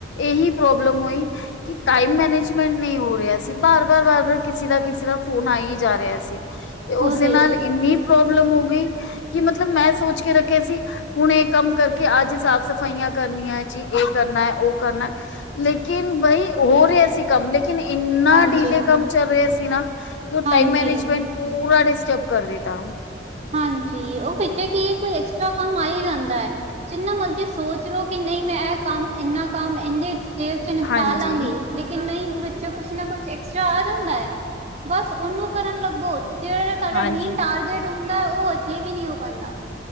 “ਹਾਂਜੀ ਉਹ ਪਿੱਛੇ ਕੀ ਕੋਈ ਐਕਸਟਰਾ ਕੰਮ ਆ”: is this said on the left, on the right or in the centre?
Right